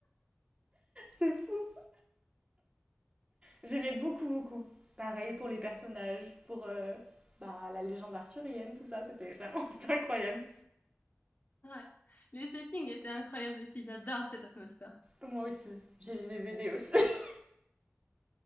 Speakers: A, on the right (about 25°); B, on the left (about 40°).
A: C'est fou. J'aimais beaucoup, beaucoup. Pareil pour les personnages, pour euh, bah, la légende arthurienne, tout ça, c'était vraiment <laughs> c'était incroyable.
B: Ouais. Les settings étaient incroyables aussi. J'adore cette atmosphère.
A: Moi aussi, j'ai les DVD aussi. <laughs>